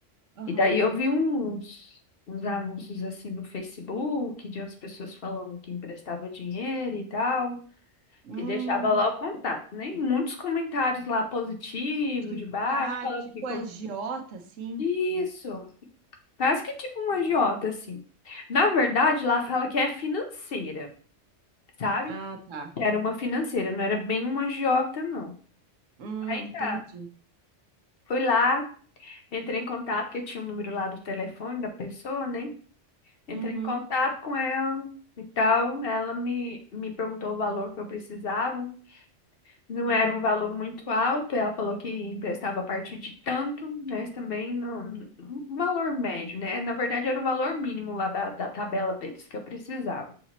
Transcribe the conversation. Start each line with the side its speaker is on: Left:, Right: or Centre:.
Right: Aham.
Left: E daí eu vi uns, uns anúncios assim no Facebook de umas pessoas falando que emprestava dinheiro e tal,
Right: Hum,
Left: e deixava lá o contato, né? E muitos comentários lá positivos,
Right: tipo,
Left: de baixo,
Right: ah,
Left: falando
Right: tipo
Left: que con-
Right: agiota, assim.
Left: isso, quase que tipo um
Right: Uhum.
Left: agiota assim. Na verdade, lá fala que é financeira, sabe?
Right: Ah, tá.
Left: Que Era uma financeira, não era bem uma agiota, não.
Right: Hum,
Left: Aí tá.
Right: entendi.
Left: Fui lá, entrei em contato, porque tinha o número lá do telefone da pessoa, né? Entrei
Right: Uhum,
Left: em contato com ela e tal. Ela me, me perguntou o valor que eu precisava. Não
Right: uhum.
Left: era um valor muito alto. Ela falou que emprestava a partir de tanto, né? mas também no, um valor médio, né? Na verdade, era o valor mínimo lá da, da tabela deles que eu precisava.